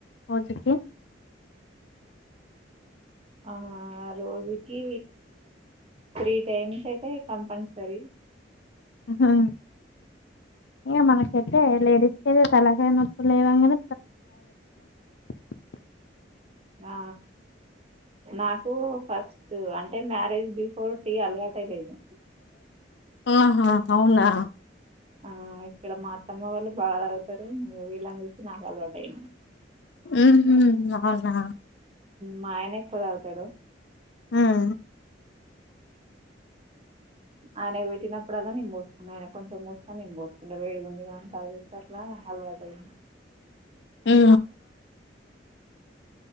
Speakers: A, on the left; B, on the right.
A: రోజుకి
B: ఆ రోజుకి త్రీ టైమ్స్ అయితే కంపల్సరీ
A: హా ఏయ మనకైతే లేడీస్ కైతే తలకాయ పలైవాంగన <unintelligible>
B: ఆ నాకు ఫస్ట్ అంటే మ్య రేజ్ బిఫోర్ టీ అలవాట లేదు
A: ఆహా అవునా
B: ఆ ఇక్కడ మా అతమ్మ వాళ్ళు బాగా తాగుతారు అది వేళ్ళ నుంచి నక్ అలవాట్ అయింది
A: ఉహు అవునా
B: మా ఆయనే ఎక్కువ తగుతాడు
A: ఉమ్
B: ఆయనకు పెట్టిప్పుడల్ల నిం పోసున్నా ఆయన కొంచెం పోస్తా నిం పోసు అ వేడి గుందిగా అని తగేస్త అట్లా అలవాటు అయింది
A: ఉ